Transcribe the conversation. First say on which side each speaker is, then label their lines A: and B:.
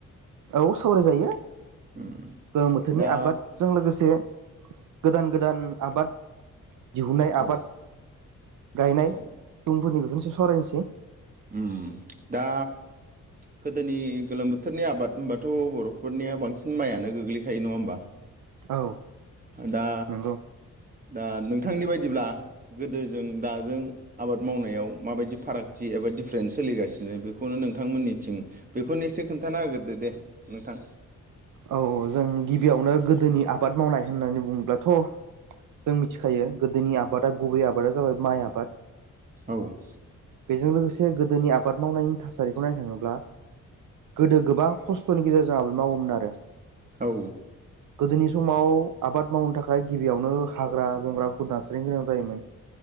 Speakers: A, on the right; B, on the right.
A: औ सावराय जायो
B: उम
A: गोलोम बोथोरनि
B: दा
A: आबाद जों लोगोसे गोदान गोदान आबाद दिहुननाय आबाद
B: औ
A: गायनाय
B: औ
A: सुबुंफोरनि बेफोरनि <unintelligible> सावरायनोसै
B: उ दा गोदोनि गोलोम बोथोरनि आबाद होनबाथ' बर'फोरनिया बांसिन माइयानो गोग्लैखायो नङा होमबा
A: औ
B: दा
A: नंगौ
B: दा नोंथांनि बायद दिब्ला गोदोजों दाजों आबाद मावनायाव माबायदि फारागथि एबा डिफारेन्स सोलिगासिनो बेखौनो नोंथांमोननिथिं बेखौनो एसे खोन्थाना होगोरदो दे नोंथां
A: औ जों गिबियावनो गोदोनि आबाद मावनाय होननानै बुङोब्लाथ' जों मिथिखायो गोदोनि आबादा गुबै आबादा जाबाय माइ आबाद
B: औ।
A: बेजों लोगोसे गोदोनि आबाद मावनायनि थासारिखौ नायनो थाङोब्ला गोदो गोबां खस्थ'नि गेजेरजों आबाद मावोमोन आरो।
B: औ।
A: गोदोनि समाव आबाद मावनो थाखाय गिबियावनो हाग्रा बंग्राफोरखौ दान गोनां जायोमोन